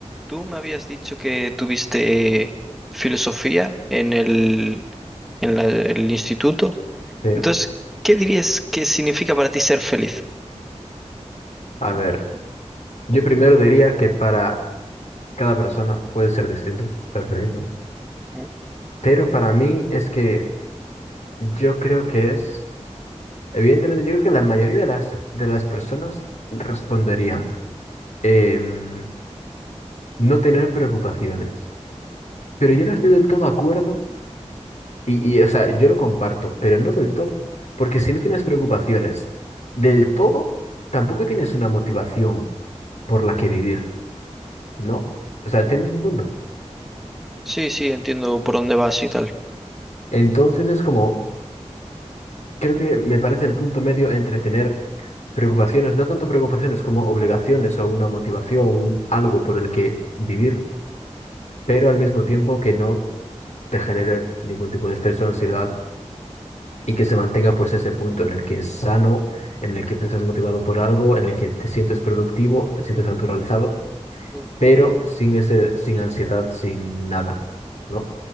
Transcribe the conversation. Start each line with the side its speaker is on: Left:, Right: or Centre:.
Centre: Tú me habías dicho que tuviste filosofía en el, en la- el instituto.
Left: Sí,
Centre: Entonces, ¿qué dirías que significa para ti ser feliz?
Left: a ver, yo primero diría que para cada persona puede ser distinto ser feliz, ¿no?
Centre: Mm.
Left: Pero para mí es que yo creo que es, evidentemente yo creo que la mayoría de las, de las personas responderían em, no tener preocupaciones. Pero yo no estoy del todo de acuerdo y, y, o sea, yo lo comparto, pero no del todo, porque si no tienes preocupaciones del todo, tampoco tienes una motivación por la que vivir, ¿no? O sea, ¿entiendes mi punto?
Centre: Sí, sí, entiendo por dónde vas y tal.
Left: Entonces es como... Creo que me parece el punto medio entre tener preocupaciones, no tanto preocupaciones como obligaciones o una motivación, un algo por el que vivir, pero al mismo tiempo que no te genere ningún tipo de estrés o ansiedad y que se mantenga pues ese punto en el que es sano, en el que te estás motivado por algo, en el que te sientes productivo, te sientes autorrealizado,
Centre: Mm.
Left: pero sin ese, sin ansiedad, sin nada, ¿no?